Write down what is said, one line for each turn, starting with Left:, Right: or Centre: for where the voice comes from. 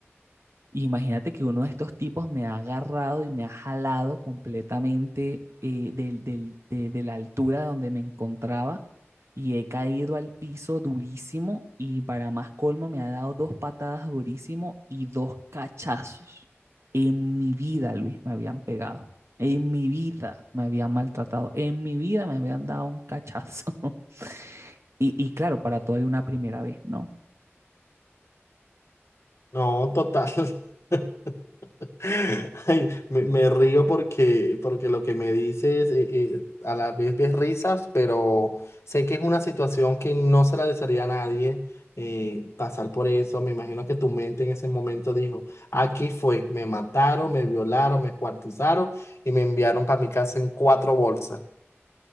Right: y Imagínate que uno de estos tipos me ha agarrado y me ha jalado completamente eh, del- del- de, de la altura de donde me encontraba y he caído al piso durísimo y para más colmo me ha dado dos patadas durísimo y dos cachazos. En mi vida, Luis, me habían pegado. En mi vida me habían maltratado. En mi vida me habían dado un cachazo. <laughs> Y, y claro, para todo hay una primera vez, ¿no?
Left: No, total. <laughs> <laughs> Ay, me, me río porque, porque lo que me dices eh, eh, a la vez ves risas, pero sé que es una situación que no se la desearía a nadie eh, pasar por eso. Me imagino que tu mente en ese momento dijo, aquí fue, me mataron, me violaron, me escuartizaron y me enviaron para mi casa en cuatro bolsas.